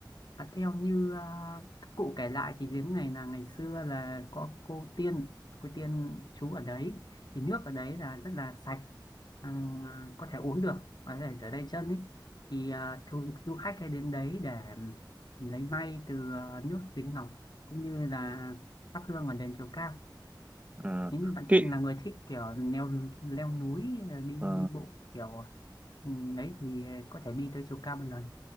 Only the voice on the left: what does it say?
À, theo như à, các cụ kể lại thì giếng này là ngày xưa là có cô tiên cô tiên trú ở đấy thì nước ở đấy là rất là sạch à, có thể uống được và có thể rửa tay chân ấy thì à, thu, du khách hay đến đấy để lấy may từ à, nước giếng ngọc cũng như là thắp hương ở đền chùa cao
nếu như bạn
Thịnh là người thích kiểu leo leo núi à, đi
đi bộ kiểu ừ, đấy thì có thể đi tới chùa cao một lần